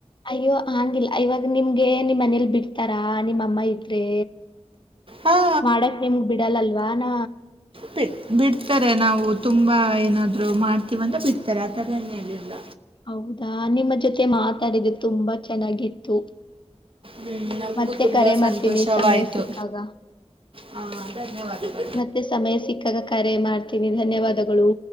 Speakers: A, on the left (about 45°); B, on the right (about 55°).
A: ಅಯ್ಯೋ ಹಂಗಿಲ್ಲ ಇವಾಗ ನಿಮ್ಗೆ ನಿಮ್ ಮನೇಲಿ ಬಿಡ್ತಾರ ನಿಮ್ಮಮ್ಮ ಇದ್ರೆ
B: ಹಾ
A: ಮಾಡಕ್ ನಿಮ್ಗೆ ಬಿಡಲ್ಲಲ್ವಾ ನ
B: ಬಿ ಬಿಡ್ತಾರೆ ನಾವು ತುಂಬಾ ಏನಾದ್ರು ಮಾಡ್ತೀವಂತ ಬಿಡ್ತಾರೆ ಆಥದಿಲ್ಲ
A: ಹೌದಾ ನಿಮ್ಮ ಜೊತೆ ಮಾತಾಡಿದೆ ತುಂಬಾ ಚೆನ್ನಾಗಿತ್ತು
B: ಹ್ಮ್ ನಮಗೂ
A: ಮತ್ತೆ
B: ತುಂಬಾ
A: ಕರೆ ಮಾಡ್ತೀನಿ
B: ಸಂತೋಷವಾಯ್ತು
A: ಸಮಯ ಸಿಕ್ಕಾಗ
B: ಹಾ ಧನ್ಯವಾದಗಳು
A: ಮತ್ತೆ ಸಮಯ ಸಿಕ್ಕಾಗ ಕರೆ ಮಾಡ್ತೀನಿ ಧನ್ಯವಾದಗಳು